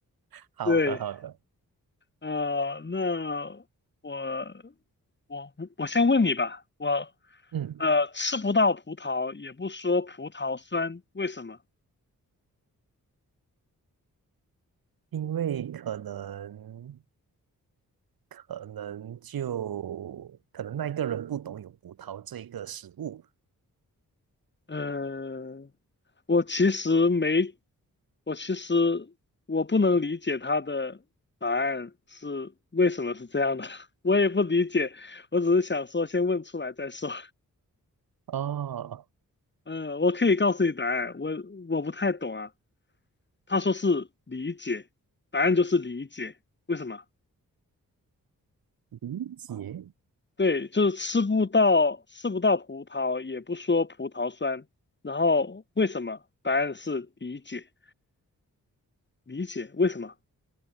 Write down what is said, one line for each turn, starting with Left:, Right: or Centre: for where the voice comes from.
Right: 好的，
Left: 对，
Right: 好的。
Left: 呃，那我我我先问你吧，我
Right: 嗯，
Left: 呃吃不到葡萄，也不说葡萄酸，为什么？
Right: 因为可能可能就可能那一个人不懂有葡萄这个食物
Left: 嗯，我其实没，我其实我不能理解他的答案是为什么是这样的，<laughs> 我也不理解，我只是想说先问出来再说。
Right: 哦，
Left: 嗯，我可以告诉你答案，我我不太懂啊。他说是理解，答案就是理解。为什么？
Right: 理解。
Left: 对，就是吃不到吃不到葡萄，也不说葡萄酸。然后为什么？答案是理解，理解为什么？